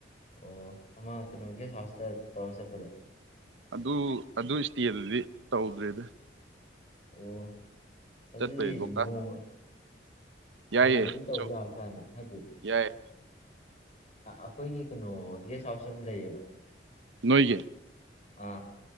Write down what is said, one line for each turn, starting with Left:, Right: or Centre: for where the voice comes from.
Left: ꯑꯣ ꯑꯃ ꯀꯩꯅꯣꯒꯤ <unintelligible> ꯇꯧꯔ ꯆꯠꯄꯗꫭ
Right: ꯑꯗꯨ ꯑꯗꯨ ꯏꯁꯇꯦꯗꯨꯗꯤ ꯇꯧꯗ꯭ꯔꯦꯗ
Left: ꯑꯣ ꯑꯗꯨꯗꯤ
Right: ꯆꯠꯄꯩ ꯂꯣꯛꯇꯥꯛ
Left: ꯅꯣꯡꯃ
Right: ꯌꯥꯏꯌꯦ
Left: ꯅꯣꯡꯃꯗꯤ ꯇꯧꯔꯨ
Right: ꯆꯧ
Left: ꯌꯥꯞꯖꯥꯠꯅꯤ ꯍꯥꯏꯗꯤ
Right: ꯌꯥꯏ
Left: ꯑꯈꯣꯏꯒꯤ ꯀꯩꯅꯣ ꯒꯦꯁ ꯍꯥꯎꯁ ꯑꯃ ꯂꯩꯌꯦꯕ
Right: ꯅꯣꯏꯒꯤ
Left: ꯑ